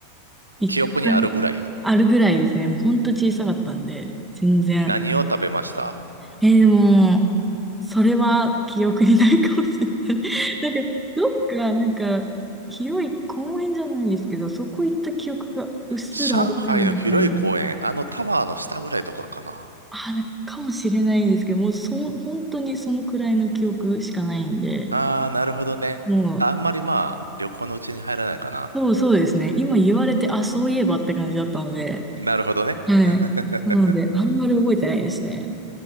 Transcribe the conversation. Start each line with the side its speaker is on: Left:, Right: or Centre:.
Centre: 一回あるぐらいですね。
Right: 記憶にあるぐらい。
Centre: もうほんと小さかったんで、全然。
Right: 何を食べました
Centre: えーでも、それは記憶にないかもしれない。<laughs> なんか、どっか、なんか、広い公園じゃないですけど、そこ行った記憶がうっすらあるかな、
Right: 上海の広い公園、
Centre: みたいな。
Right: あのタワーの下ぐらいとかかな。
Centre: あなんかかもしれないですけど、もうそ、本当にそのくらいの記憶しかないんで、
Right: あー、なるほどね。
Centre: もう、
Right: あんまりまあ、旅行のうちに入らないかな。
Centre: そうそうですね。今言われて、あ、そういえばって感じだったので、
Right: なるほどね。
Centre: はい。
Right: <laughs>
Centre: なので、あんまり覚えてないですね。